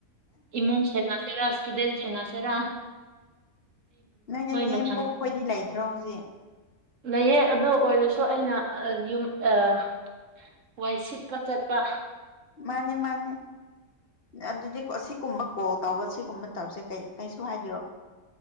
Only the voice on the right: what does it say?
ꯏꯃꯨꯡ ꯁ ꯆꯦꯔ ꯁꯇꯨꯗꯦꯟ ꯁꯦꯟꯅꯁꯤꯔꯥ
ꯃꯊꯟꯇ
ꯂꯩꯌꯦ ꯑꯗꯨ ꯑꯣꯏꯔꯁꯨ ꯑꯩꯅ ꯌꯨꯝ ꯑꯥ ꯋꯥꯏꯁꯤꯠ ꯆꯠ ꯆꯠꯄ